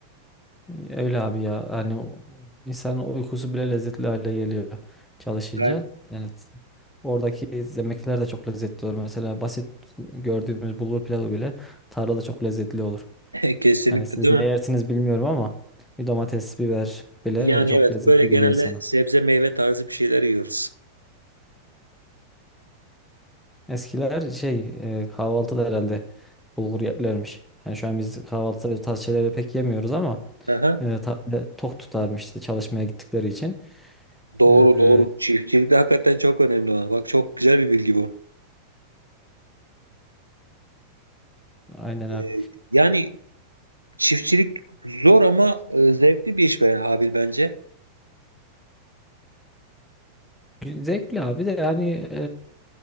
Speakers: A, in the centre; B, on the right (about 85°).
A: Öyle abi ya. Hani o- insanın uykusu bile lezzetli hale geliyor çalışınca.
B: Yani
A: Yani oradaki yemekler de çok lezzetli olur. Mesela basit gördüğümüz bulgur pilavı bile tarlada çok lezzetli olur.
B: <laughs> kesinlikle
A: Yani siz
B: değil
A: ne
B: mi?
A: yersiniz bilmiyorum ama bir domates, biber bile
B: Yani
A: e, çok
B: evet
A: lezzetli
B: böyle genelde
A: geliyor insana.
B: sebze meyve tarzı bir şeyler yiyoruz.
A: Eskiler şey e, kahvaltıda herhalde bulgur yerlermiş. Yani şu an biz kahvaltıda bu tarz şeyleri pek yemiyoruz ama
B: Aha.
A: e, tarla tok tutarmıştı çalışmaya gittikleri için.
B: Doğru
A: E,
B: doğru. Çiftçilik de hakikaten çok önemli. olan. Bak çok güzel bir bilgi bu.
A: aynen
B: E,
A: abi.
B: yani Çiftçilik zor ama e, zevkli bir iş be Habil bence.
A: Zevkli abi de yani